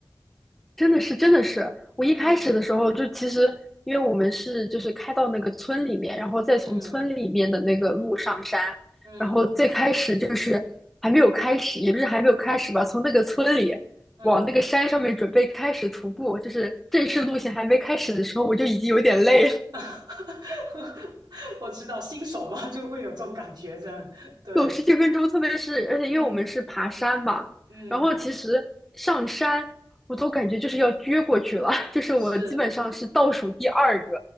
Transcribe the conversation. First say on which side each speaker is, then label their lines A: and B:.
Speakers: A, in the centre; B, on the right (about 75°).
A: 真的是，真的是，我一开始的时候就其实，
B: <laughs> 嗯
A: 因为我们是就是开到那个村里面，然后再从村里面的那个路上山，
B: 嗯嗯
A: 然后最开始就是还没有开始，也不是还没有开始吧，从那个村里往那个山上面准备开始徒步，
B: 嗯。
A: 就是正式路线还没开始的时候，我就已经有点累了，
B: <laughs> 我知道新手嘛，就会有这种感觉，这样对，
A: 走十几分钟，特别是而且因为我们是爬山嘛，
B: 嗯嗯，
A: 然后其实上山我都感觉就是要撅过去了，<laughs> 就是我基本上是倒数第二个。
B: 是，